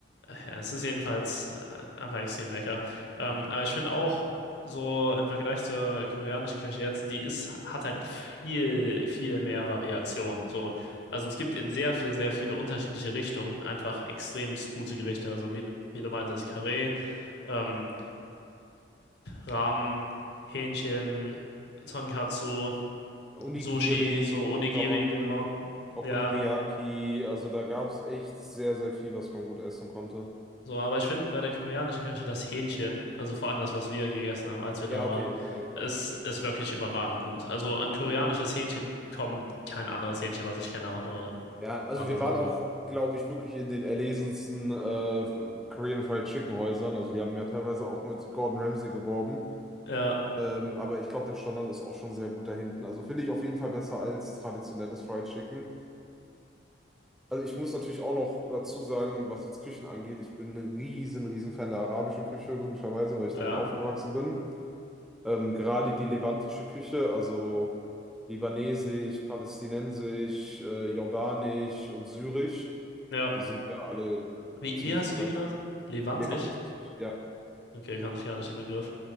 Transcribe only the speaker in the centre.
Onigiri,
Udon,
Okonomiyaki,
also da gab es echt sehr, sehr viel, was man gut essen konnte.
Ja, okay,
okay, klar.
Also,
ja, also
wir waren auch,
glaube ich, wirklich in den erlesensten äh, Korean Fried Chicken Häusern. Also die haben ja teilweise auch mit Gordon Ramsay geworben.
Ähm, aber ich glaube, der Standard ist auch schon sehr gut da hinten. Also finde ich auf jeden Fall besser als traditionelles Fried Chicken. Also ich muss natürlich auch noch dazu sagen, was jetzt Küchen angeht, ich bin ein riesen, riesen Fan der arabischen Küche, logischerweise, weil ich
damit aufgewachsen bin. Ähm, gerade die levantische Küche, also libanesisch, palästinensisch, äh, jordanisch und syrisch,
die sind ja alle
so ziemlich
das Gleiche.
Levantisch, ja.